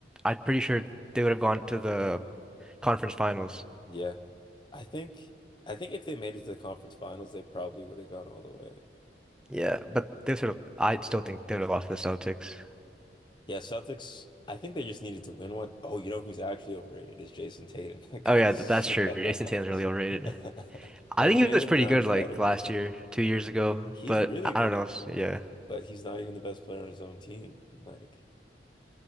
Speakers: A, in the centre; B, on the left.
A: I'm pretty sure they would have gone to the conference finals.
B: Yeah. I think I think if they made it to the conference finals, they probably would have gone all the way.
A: Yeah, but they sort of I still think they would have lost to the Celtics.
B: Yeah, Celtics, I think they just needed to win one. Oh, you know who's actually overrated is Jason Tatum. <laughs> That
A: Oh
B: guy
A: yeah,
B: sucks.
A: th- that's true. Jason Tatum's really overrated.
B: <laughs>
A: I
B: Like
A: think
B: Jalen
A: he was pretty
B: Brown's
A: good like
B: better.
A: last year, two years ago,
B: He's
A: but
B: really good,
A: I don't know. s- Yeah.
B: but he's not even the best player on his own team. And like